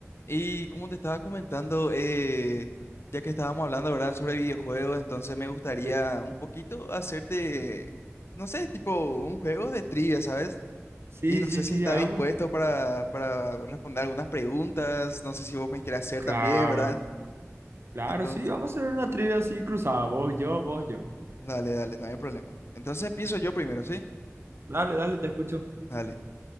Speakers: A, on the left; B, on the right.
A: Y como te estaba comentando, eh, ya que estábamos hablando, ¿verdad?, sobre videojuegos, entonces me gustaría
B: Sí,
A: un poquito hacerte, no sé, tipo un juego de trivia, ¿sabes?
B: sí,
A: Y no
B: sí,
A: sé si
B: sí,
A: está
B: hagamos.
A: dispuesto para, para responder algunas preguntas, no sé si vos me quieres hacer
B: Claro,
A: también, ¿verdad?
B: claro,
A: Entonces,
B: sí, vamos a hacer una trivia así cruzada. Vos, yo, vos, yo.
A: dale, dale, no hay problema. Entonces empiezo yo primero, ¿sí?
B: Dale, dale, te escucho.
A: Dale.